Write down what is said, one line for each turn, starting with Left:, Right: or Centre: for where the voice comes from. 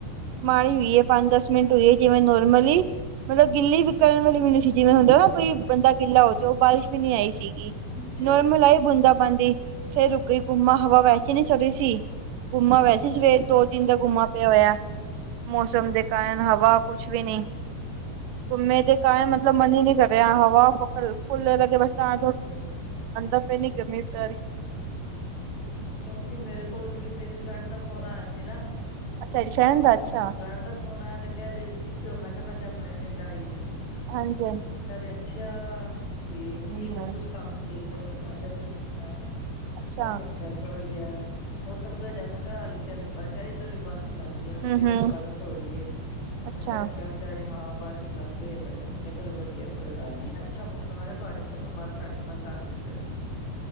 Right: ਮਾੜੀ ਹੋਈ ਹੈ, ਪੰਜ ਦਸ ਮਿੰਟ ਹੋਈ ਹੈ ਜਿਵੇਂ ਨੋਰਮਲੀ ਮਤਲਬ ਗਿੱਲੀ ਵੀ ਕਰਨ ਵਾਲੀ ਵੀ ਨਹੀਂੀ ਸੀ ਜਿਵੇਂ ਹੁੰਦਾ ਨਾ ਕੋਈ, ਬੰਦਾ ਗਿੱਲਾ ਹੋ ਜੂ ਉਹ ਬਾਰਿਸ਼ ਵੀ ਨਹੀਂੀ ਆਈ ਸੀ।
Left: ਅੱਛਾ
Right: ਨੋਰਮਲ ਆਈ ਬੂੰਦਾ-ਬਾਂਦੀ ਫੇਰ ਰੁੱਕ ਗਈ ਗੁੰਮਾ ਹਵਾ ਵੈਸੇ ਈ ਨੀ ਚੱਲ ਰਹੀ ਸੀ, ਗੁੰਮਾ ਵੈ ਅਸੀਂ ਸਵੇਰ ਦੋ ਦਿਨ ਦਾ ਗੁੰਮਾ ਪਿਆ ਹੋਇਆ, ਮੌਸਮ ਦੇ ਕਾਰਨ ਹਵਾ ਕੁੱਛ ਵੀ ਨਹੀਂ ਘੁੰ ਮੇ ਦੇ ਕ ਹੈ ਮਤਲਬ ਮਨ ਹੀ ਨਹੀਂ ਕਰ ਰਿਹਾ, ਹਵਾ ਫੁੱਲ ਲੱਗੇ ਬਰਸਾ। <unintelligible> ਗਰਮੀ ਪੇ ਰੀ।
Left: ਕਿਉਂਕਿ ਮੇਰੇ ਕੋਲ ਵੀ ਮੇਰੀ ਫਰੈਂਡ ਦਾ ਫੋਨ ਆਇਆ ਸੀ ਨਾ।
Right: ਅੱਛਾ ਡ ਫੈਂਨ ਦਾ ਅੱਛਾ।
Left: ਫਰੈਂਡ ਦਾ ਫੋਨ ਆਇਆ ਤੇ ਕਹਿ ਰਹੀ ਸੀ, ਕਿੱਥੇ ਉਹ ਮੈਂ ਕਿਹਾ ਮੈਂ ਤੇ ਆਪਣੇ ਪਿੰਡ ਆਈ ਆਾਂ।
Right: ਹਾਂਜੀ-ਹਾਂਜੀ,
Left: ਅੱਛਾ ਠੀਕ ਕੀ
Right: ਹੂੰ-ਹੂੰ,
Left: ਮੈਂ ਕੁਛ ਕੰਮ ਸੀ ਤੇਦੇ ਸੀ।
Right: ਅੱਛਾ।
Left: ਕਹਿ ਅੱਛਾ-ਅੱਛਾ, ਵਧੀਆ ਮੌਸਮ ਕਿ ਹੋ ਜਾ ਮੈਂ ਕਿਹਾ ਹਲਕੇ ਹਲਕੀ ਪਾ ਕਹਿ ਰਹੀ ਤੇਰੇ ਬਾਰਸ਼ ਲੱਗ। ਹਲਕੀ
Right: ਹੂੰ-ਹੂੰ।
Left: ਹਲਕੀ ਬਾਰਸ਼ ਹੋ ਰਹੀ ਹੈ,
Right: ਅੱਛਾ।
Left: ਮੈਂ ਕਿਹਾਛ ਕਹਿ ਹਾਂ ਬਾਰਿਸ਼ ਲੱਗ ਗਈ ਦ। ਕਿਹਾ ਚਲੋ ਵਧੀਆ ਕੋਈ ਗੱਲ ਨੀ ਅੱਛਾ ਮੌਸਮ ਹੈਗਾ, ਕਿਹਾ ਤੁਹਾਡੇ ਪਾਸੋਂ ਬਰ ਸਾਡੇ ਪਾਸ ਆ ਗਏ।